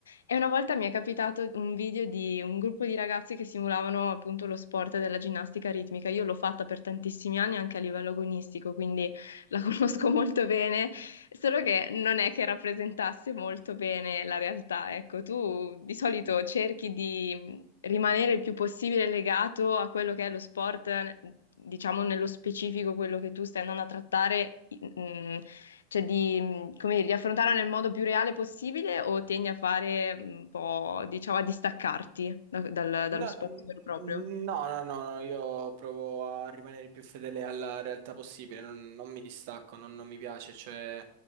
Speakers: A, on the left; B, on the right.
A: E una volta mi è capitato un video di un gruppo di ragazzi che simulavano appunto lo sport della ginnastica ritmica. Io l'ho fatta per tantissimi anni anche a livello agonistico, quindi la conosco molto bene, solo che non è che rappresentasse molto bene la realtà. Ecco, tu di solito cerchi di rimanere il più possibile legato a quello che è lo sport, eh, diciamo nello specifico quello che tu stai andando a trattare, mm, cioè di, mm, come dire, di affrontarlo nel modo più reale possibile o tendi a fare un po', diciamo, a distaccarti da- dal-
B: No,
A: dallo sport
B: n-
A: vero e proprio?
B: no, no, no, no, io provo a rimanere più fedele alla realtà possibile, non, non mi distacco, non, non mi piace, cioè,